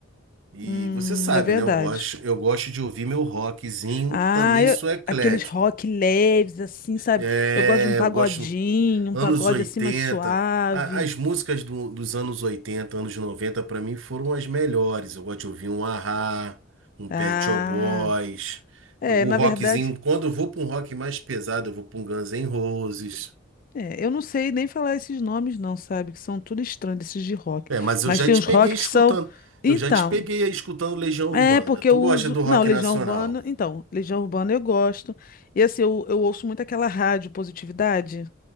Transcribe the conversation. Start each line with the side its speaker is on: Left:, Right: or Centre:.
Right: E
Left: Hum,
Right: você sabe,
Left: é verdade.
Right: né? Eu gosto, eu gosto de ouvir meu rockzinho,
Left: Ah,
Right: também
Left: eu-
Right: sou eclético.
Left: aqueles rock leves, assim, sabe?
Right: É,
Left: Eu gosto de um pagodinho,
Right: eu gosto.
Left: um
Right: Anos
Left: pagode
Right: 80,
Left: assim mais suave.
Right: a- as músicas do- dos anos 80, anos 90 para mim foram as melhores. Eu gosto de ouvir um Ahá, um Pet
Left: Ah,
Right: Shop Boys,
Left: é,
Right: o
Left: na
Right: rockzinho.
Left: verdade,
Right: Quando eu vou para um rock mais pesado, eu vou para um Guns N' Roses.
Left: é, eu não sei nem falar esses nomes, não, sabe? Que são tudo estranhos, esses de rock.
Right: É, mas
Left: Mas
Right: eu já
Left: tem
Right: te
Left: uns
Right: peguei
Left: rock
Right: escutando.
Left: que são. Então,
Right: Eu já te peguei aí escutando Legião Urbana.
Left: é porque
Right: Tu
Left: eu
Right: gosta
Left: uso.
Right: do rock
Left: Não, Legião
Right: nacional?
Left: Urbana. Então, Legião Urbana eu gosto. E assim, eu, eu ouço muito aquela rádio Positividade.